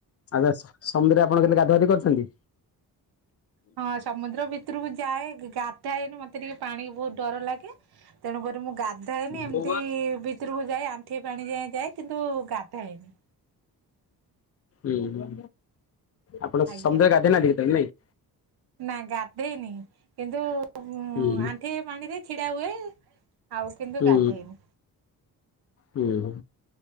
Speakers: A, on the left (about 40°); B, on the right (about 70°).
A: ଆଚ୍ଛା ସ ସମୁଦ୍ରରେ ଆପଣ କେଲେ ଗାଧୁଆ ଗାଧି କରିଛନ୍ତି?
B: ହଁ ସମୁଦ୍ର ଭି ତୁରୁକୁ ଯାଏ ଗାଧାଏନି। ମତେ ଟିକେ ପାଣି ବହୁତ୍ ଡର ଲାଗେ। ତେଣୁକରି ମୁଁ ଗା ଧାଏନି ଏମତି
A: ହୁଁ
B: ଭିତୁରୁକୁ ଯାଏ ଆଣ୍ଠିଏ ପାଣି ଯାଏଁ ଯାଏ କିନ୍ତୁ ଗାଧାଏନି।
A: ଉଁ ହୁଁ। ଆପଣ
B: ଆଜ୍ଞା।
A: ସମୁଦ୍ରରେ ଗାଧେଇ ନାହାନ୍ତି କେତଳେ ନାଇଁ?
B: ନା ଗାଧେଇନି କିନ୍ତୁ ଉଁ
A: ହୁଁଁ।
B: ଆଣ୍ଠିଏ ପାଣିରେ ଛିଡ଼ା ହୁଏ। ଆଉ କିନ୍ତୁ
A: ହୁଁ।
B: ଗାଧେଇନି।
A: ହୁଁ, ହୁ,